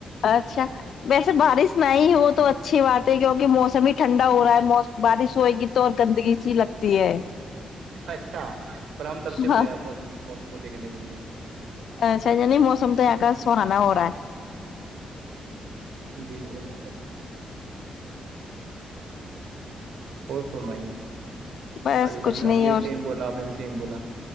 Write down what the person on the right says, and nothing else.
اچھا پر ہم ترتے
پڑے ہیں موسم کو دیکھنے کے لیے
جی جی ج اور فم آئی ہے
عالف
نے
ہم نے بھی
سیم بولا آپ نے بھی سیم بولا